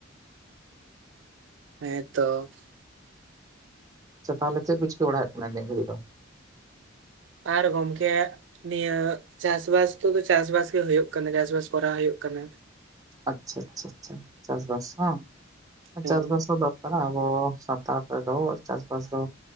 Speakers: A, on the right; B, on the right.
A: ᱦᱮᱸ ᱛᱚ
B: ᱟᱪᱪᱷᱟ ᱛᱟᱦᱮᱞᱮ ᱪᱮᱫ ᱠᱚ ᱪᱤᱠᱟᱹ ᱵᱟᱲᱟᱭᱮᱫ ᱠᱟᱱᱟ <unintelligible> ᱫᱚ?
A: ᱟᱨ ᱜᱚᱢᱠᱮ ᱱᱤᱭᱟᱹ ᱪᱟᱥᱵᱟᱥ ᱫᱚ ᱪᱟᱥᱵᱟᱥ ᱦᱩᱭᱩᱜ ᱠᱟᱱᱟ᱾ ᱪᱟᱥᱵᱟᱥ ᱠᱚᱨᱟᱣ ᱦᱩᱭᱩᱜ ᱠᱟᱱᱟ᱾
B: ᱟᱪᱪᱷᱟ ᱪᱷᱟ ᱪᱷᱟ ᱪᱟᱥᱵᱟᱥ ᱦᱚᱸ
A: ᱦᱮᱸ
B: ᱪᱟᱥᱵᱟᱥ ᱦᱚᱸ ᱫᱚᱨᱠᱟᱨᱟ ᱟᱵᱚ ᱥᱟᱱᱛᱟᱲ᱾ ᱨᱮᱫᱚ ᱪᱟᱥᱵᱟᱥ ᱫᱚ